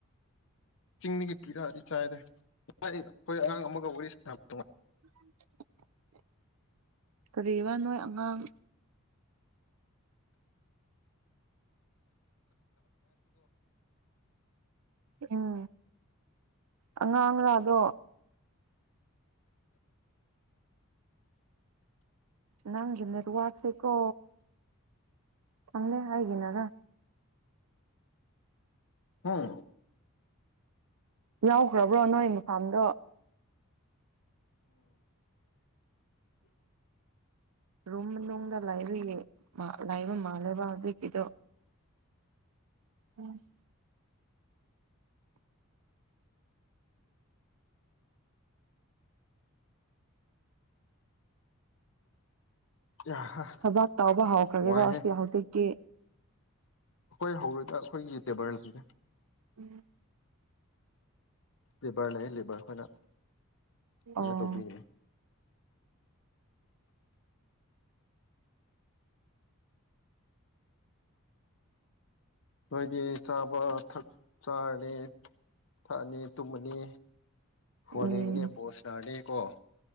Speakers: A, on the left; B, on the right.
A: ꯆꯤꯡꯗꯒꯤ ꯄꯤꯔꯛꯑꯗꯤ ꯆꯥꯏꯗ ꯑꯩꯈꯣꯏ ꯑꯉꯥꯡ ꯑꯃꯒ ꯋꯥꯔꯤ ꯁꯥꯟꯅꯕꯉꯥꯏ
B: <unintelligible> ꯀꯕꯣꯏ ꯑꯉꯥꯡ ꯎꯝ ꯑꯉꯥꯡ ꯉꯥꯗꯣ ꯅꯪꯒꯅꯦꯔ ꯋꯥꯠꯁꯀꯣ ꯆꯪꯅꯦ ꯍꯥꯏꯒꯤꯅꯥꯅ
A: ꯍꯥꯝ
B: ꯌꯥꯎꯈ꯭ꯔꯕ꯭ꯔꯣ ꯅꯣꯏ ꯃꯐꯝꯥꯗꯣ
A: ꯎꯝ
B: ꯔꯨꯝꯅꯨꯡꯗ ꯂꯥꯏꯔꯨꯏꯌꯦ ꯂꯥꯏꯕ ꯃꯥꯜꯂꯦꯕ ꯍꯧꯖꯤꯛꯀꯤꯗꯣ
A: <unintelligible>
B: ꯎꯝ
A: ꯌꯥꯍꯥ
B: ꯊꯕꯥꯛ ꯇꯕ ꯍꯧꯈ꯭ꯔꯒꯦꯔꯣ
A: ꯋꯥꯏꯍꯦ
B: ꯑꯁꯤ ꯍꯧꯖꯤꯛꯤ
A: ꯑꯩꯈꯣꯏ ꯍꯧꯔꯣꯏꯗ ꯑꯩꯈꯣꯏꯒꯤ ꯇꯦꯕꯔꯅꯦ
B: ꯎꯝ
A: ꯂꯤꯦꯕꯔꯅꯦ ꯂꯤꯕꯔ ꯑꯩꯈꯣꯏꯅ ꯀꯃꯅ
B: ꯑꯣ
A: ꯇꯧꯕꯤꯒꯅꯤ ꯅꯣꯏꯗꯤ ꯆꯥꯕ ꯊꯛ ꯆꯥꯔꯦ ꯊꯛꯑꯅꯤ ꯇꯨꯝꯃꯅꯤ ꯐꯣꯟ
B: ꯎꯝ
A: ꯌꯦꯡꯉꯅꯤ ꯕꯣꯁꯅꯥꯔꯅꯤ ꯀꯣ